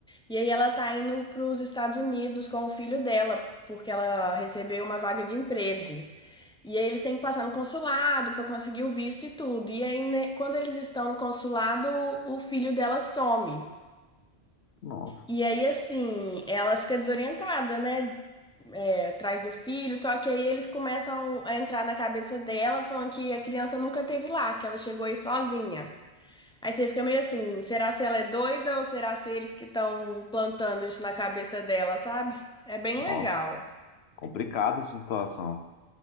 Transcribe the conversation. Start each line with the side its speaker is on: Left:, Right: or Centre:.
Centre: E aí ela tá indo para os Estados Unidos com o filho dela, porque ela recebeu uma vaga de emprego. E aí eles têm que passar no consulado para conseguir o visto e tudo. E aí, né, quando eles estão no consulado, o filho dela some.
Left: Nossa,
Centre: E aí, assim, ela fica desorientada, né? É, atrás do filho. Só que aí eles começam a entrar na cabeça dela, falando que a criança nunca teve lá, que ela chegou aí sozinha. Aí você fica meio assim, será se ela é doida ou será se eles que estão plantando isso na cabeça dela, sabe? É bem
Left: nossa,
Centre: legal.
Left: complicada essa situação.